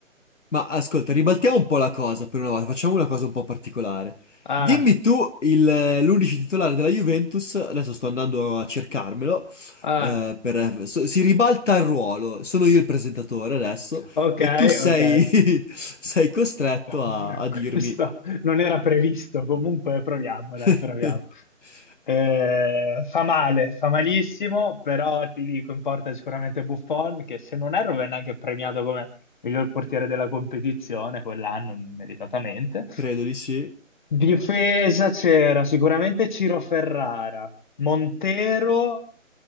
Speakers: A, on the left; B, on the left.
A: Ma ascolta, ribaltiamo un po' la cosa per una volta, facciamo una cosa un po' particolare.
B: Ah,
A: Dimmi tu il- l'unici titolare della Juventus, adesso sto andando a cercarmelo,
B: ah,
A: eh, per- so- si ribalta il ruolo, sono io il presentatore adesso
B: Ok,
A: e tu sei,
B: ok.
A: <laughs> sei
B: <laughs>
A: costretto a a dirmi...
B: Questo non era previsto, comunque proviamo, dai, proviamo.
A: <laughs>
B: Eh, fa male, fa malissimo, però ti dico, in porta sicuramente Buffon, che se non erro venne anche premiato come miglior portiere della competizione quell'anno, meritatamente.
A: Credo di sì.
B: Difesa c'era sicuramente Ciro Ferrara, Montero